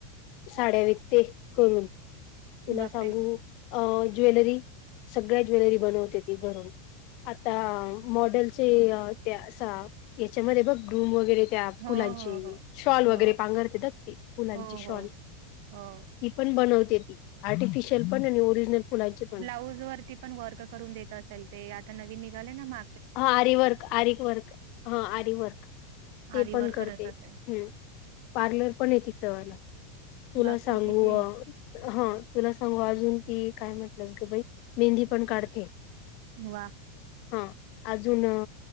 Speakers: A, on the left (about 45°); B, on the right (about 55°).
A: साड्या विकते करून तुला
B: बापरे
A: सांगू अ ज्वेलरी सगळ्या ज्वेलरी बनवते ती घरून. आता मॉडेलचे ते असा याच्यामध्ये बघ ग्रूम वगैरे त्या
B: हो
A: फुलांची
B: हो
A: शॉल
B: हो
A: वगैरे पांघरतेतात फुलांची
B: हो हो
A: शॉल
B: हो हो
A: ती पण बनवते ती आर्टिफिशियल पण आणि ओरिजिनल फुलांची पण.
B: उजवारती पण वर्क करून देत असेल ते आता नवीन निघाले ना मा
A: हा आरे वर्क आरे वर्क हा आरे वर्क. ते
B: आरीवर
A: पण करते
B: करत असेल
A: पार्लर पण ए तिच वाला. तुला
B: बापरे
A: सांगू
B: किती
A: हा तुला सांगू अजून ती काय म्हटलंस ग बाई मेहंदी पण काढते.
B: वा.
A: हा अजून